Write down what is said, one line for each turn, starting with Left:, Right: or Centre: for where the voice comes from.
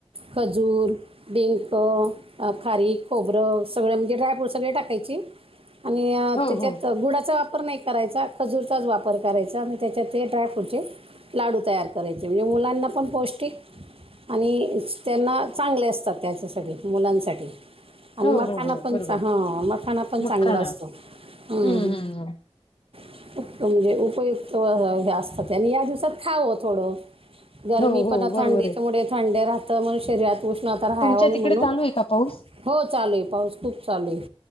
Right: खजूर डिंक खारी खोबरं सगळं म्हणजे ड्राय फ्रूट सगळे टाकायची. आणि
Left: हो
Right: त्याच्यात
Left: हो
Right: गुडाचा वाप. वापर नाही करायचा खजूरचाच वापर करायचा आणि त्याच्यात ते ड्रॅफ होचे. लाडू तयार करायचे म्हणजे मुलांना पण पौष्टिक आणि त्यांना चांगले असतात त्याच्यासाठी मुलांसाठी आणि
Left: हो
Right: मखाना
Left: हो हो
Right: पण
Left: बरोबर
Right: हा मखाना पण चांगला
Left: मखाना
Right: असतो हम्म्.
Left: हम्म हम्म. हम्म.
Right: <unintelligible> म्हणजे उपयुक्त असतात ते आणि या दिवसात खावं थोडं. गरमी
Left: हो हो
Right: पण
Left: बरोबर
Right: थंडीच्या
Left: आहे
Right: मु थंडे राहत म्हण शरीरात उष्णता हाय
Left: तुमच्या
Right: होल
Left: तिकडे
Right: म्हणून
Left: चालू आहे का पाऊस?
Right: हो चालेल पाऊस खूप चालेू आहे